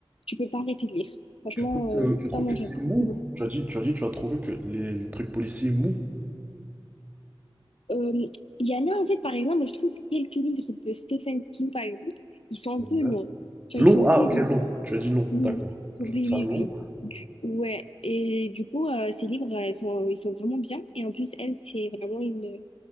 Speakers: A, on the left; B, on the right.
A: tu peux pas arrêter de lire. Franchement,
B: Tu trouves que,
A: euh, c'est
B: tu
A: pour
B: trouves
A: ça, moi,
B: que c'est
A: j'aime beaucoup
B: mou?
A: ces livres.
B: Tu as dit, tu as dit, tu as trouvé que les trucs policiers mou.
A: Euh, Il y en a, en fait, par exemple, je trouve quelques livres de Stephen King, par exemple, ils sont un
B: Ouais.
A: peu longs. Genre,
B: Long?
A: ils sont un
B: Ah,
A: peu
B: ok,
A: longs.
B: long. Tu as dit long,
A: Oui,
B: d'accord.
A: oui,
B: Tu trouves ça
A: oui,
B: long?
A: oui. Du- Ouais, et du coup, euh, ces livres, euh, ils sont, ils sont vraiment bien. Et en plus, elle, c'est vraiment une,